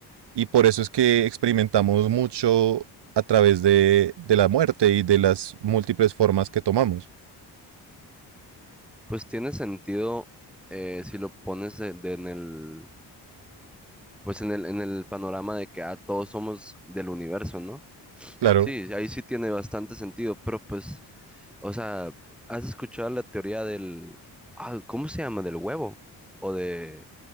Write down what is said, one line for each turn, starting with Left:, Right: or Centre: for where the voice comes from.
Right: Y por eso es que experimentamos mucho a través de, de la muerte y de las múltiples formas que tomamos.
Centre: Pues tiene sentido eh, si lo pones de- de en el, pues en el, en el panorama de que ah, todos somos del universo, ¿no?
Right: Claro,
Centre: Sí, ahí sí tiene bastante sentido, pero pues, o sea, ¿has escuchado la teoría del, ah, ¿cómo se llama? Del huevo o de,